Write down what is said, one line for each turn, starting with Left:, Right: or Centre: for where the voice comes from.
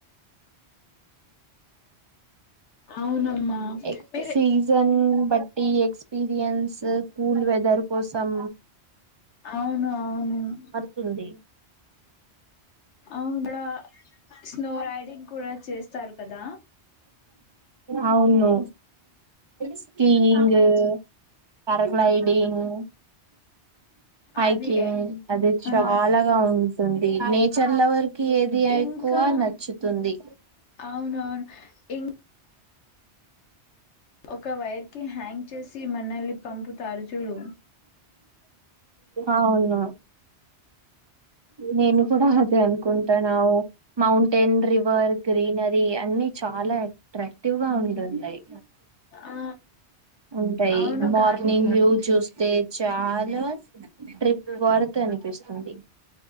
Left: అవునమ్మా
Right: ఎ
Left: మీరే
Right: సీజన్ బట్టి ఎక్స్పీరియన్స్ కూల్ వెదర్ కోసం
Left: అవునవును
Right: పడుతుంది
Left: అవునా స్నో రైడింగ్ కూడా చేస్తారు కదా
Right: అవును స్కీయింగు ప్యారగ్లైడింగ్ హైకింగ్
Left: అది ఎ
Right: అది చాలాగా
Left: ఆ
Right: ఉంటుంది నేచర్ లవర్ కి ఏది ఎక్కువ
Left: ఇంకా
Right: నచ్చుతుంది
Left: అవునవును ఇం ఒక వైర్ కి హ్యాంగ్ చేసి మనల్ని పంపుతారు చూడు
Right: అవును నేను కూడా అదే అనుకుంటానవ్ మౌంటెన్ రివర్ గ్రీనరీ అన్ని చాలా ఎక్ అట్రాక్టివ్గా వుంటున్నయ్
Left: ఆ
Right: ఉంటయ్
Left: అవును
Right: మార్నింగ్
Left: కానీ
Right: వ్యూ చూస్తే చాలా ట్రిప్ వర్త్ అనిపిస్తుంది